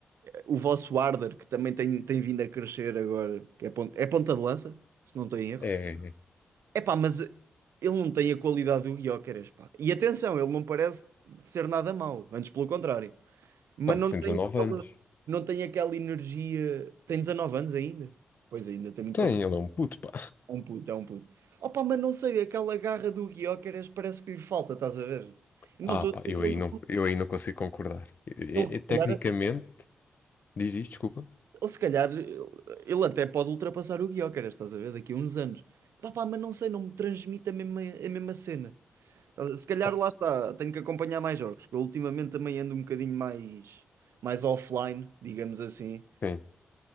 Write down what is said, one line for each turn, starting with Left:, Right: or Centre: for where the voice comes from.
Right: o vosso Arder, que também tem, tem vindo a crescer agora, que é ponta, é ponta de lança, se não estou em erro.
Left: É,
Right: É pá, mas ele não tem a qualidade do Gyökeres, pá. E atenção, ele não parece ser nada mau, antes pelo contrário. Mas
Left: pá,
Right: não
Left: tem
Right: tem
Left: 19
Right: aquela,
Left: anos.
Right: não tem aquela energia, tem 19 anos ainda. Pois ainda tem muito
Left: Tem,
Right: para
Left: ele é um puto, pá.
Right: é um puto, é um puto. Opa, mas não sei, aquela garra do Gyökeres parece que lhe falta, estás a ver? Eu
Left: Ah,
Right: Não estou
Left: pá,
Right: a dizer
Left: eu
Right: que
Left: aí
Right: ele,
Left: não, eu aí não consigo concordar. Eu- eu-
Right: ele se
Left: eu- tecnicamente,
Right: calhar,
Left: diz isto, desculpa.
Right: ele, se calhar, ele até pode ultrapassar o Gyökeres, estás a ver? Daqui a uns anos. Pá, pá, mas não sei, não me transmite a mesma, a mesma cena. Estás a- Se calhar
Left: Oh.
Right: lá está, tenho que acompanhar mais jogos, que eu ultimamente também ando um bocadinho mais, mais offline, digamos assim.
Left: Sim.